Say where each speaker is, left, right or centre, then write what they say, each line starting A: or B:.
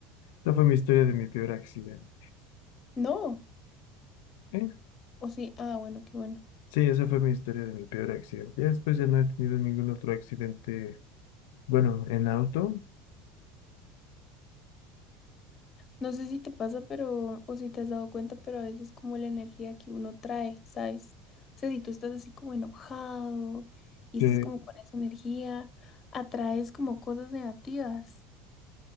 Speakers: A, on the left; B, on the left.
A: esa fue mi historia de mi peor accidente.
B: No.
A: ¿eh?
B: O sí. Ah, bueno, qué bueno.
A: Sí, esa fue mi historia de mi peor accidente. Ya después ya no he tenido ningún otro accidente, bueno, en auto.
B: No sé si te pasa, pero, o si te has dado cuenta, pero a veces como la energía que uno trae, ¿sabes? O sea, si tú estás así como enojado y
A: Sí,
B: estás como con esa energía, atraes como cosas negativas.